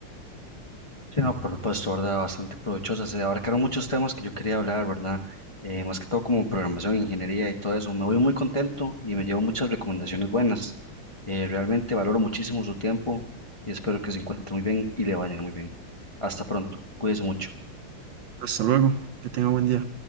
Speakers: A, on the left; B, on the right.
A: Sí, no, por supuesto, ¿verdad? Bastante provechosa. Se abarcaron muchos temas que yo quería hablar, ¿verdad? Eh, más que todo como programación, ingeniería y todo eso. Me voy muy contento y me llevo muchas recomendaciones buenas. Eh, realmente valoro muchísimo su tiempo y espero que se encuentre muy bien y le vaya muy bien. Hasta pronto. Cuídese mucho.
B: Hasta luego, que tenga buen día.